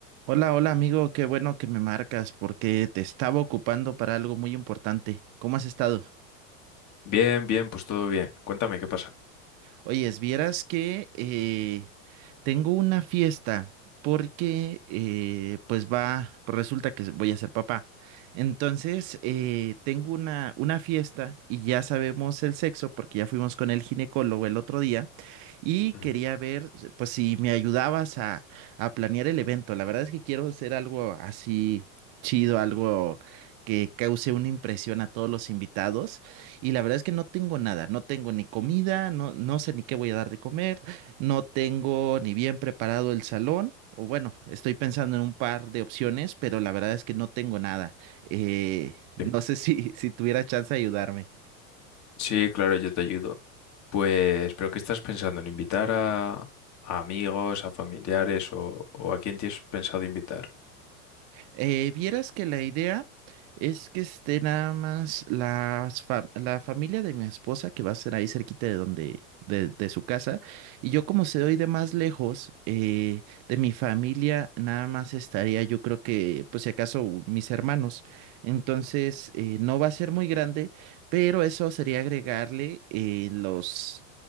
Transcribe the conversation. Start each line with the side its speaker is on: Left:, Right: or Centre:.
Right: Hola, hola amigo, qué bueno que me marcas porque te estaba ocupando para algo muy importante. ¿Cómo has estado?
Left: Bien, bien, pues todo bien. Cuéntame, ¿qué pasa?
Right: Oye, vieras que eh, tengo una fiesta porque eh, pues va, pues resulta que voy a ser papá. Entonces, eh, tengo una, una fiesta y ya sabemos el sexo porque ya fuimos con el ginecólogo el otro día y
Left: Ujú,
Right: quería ver pues si me ayudabas a, a planear el evento. La verdad es que quiero hacer algo así chido, algo que cause una impresión a todos los invitados y la verdad es que no tengo nada, no tengo ni comida, no, no sé ni qué voy a dar de comer, no tengo ni bien preparado el salón. O bueno, estoy pensando en un par de opciones, pero la verdad es que no tengo nada. Eh, no
Left: sí.
Right: sé si, si tuviera chance de ayudarme.
Left: Sí, claro, yo te ayudo. Pues, ¿pero qué estás pensando? ¿En invitar a, a amigos, a familiares o, o a quién tienes pensado invitar?
Right: Eh, vieras que la idea es que esté nada más las fa- la familia de mi esposa que va a ser ahí cerquita de donde, de, de su casa. Y yo como se doy de más lejos, eh, de mi familia nada más estaría yo creo que, pues si acaso, u- mis hermanos. Entonces, eh, no va a ser muy grande, pero eso sería agregarle eh, los